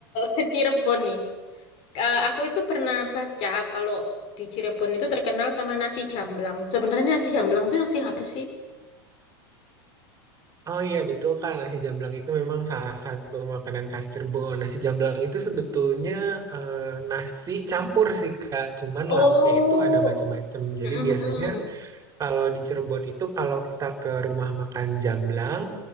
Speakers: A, on the left (about 50°); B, on the right (about 25°).
A: eh, <laughs> Cirebon nih. Eh, aku itu pernah baca kalau di Cirebon itu terkenal sama nasi jamblang. Sebenarnya nasi jamblang itu nasi apa sih?
B: Oh iya betul Kak, nasi jamblang itu memang salah satu makanan khas Cirebon. Nasi jamblang itu sebetulnya eh, nasi campur sih Kak, cuman
A: Oh,
B: lauknya itu ada macam-macam. Jadi
A: Mm,
B: biasanya
A: mm,
B: kalau di Cirebon itu kalau kita ke rumah makan jamblang,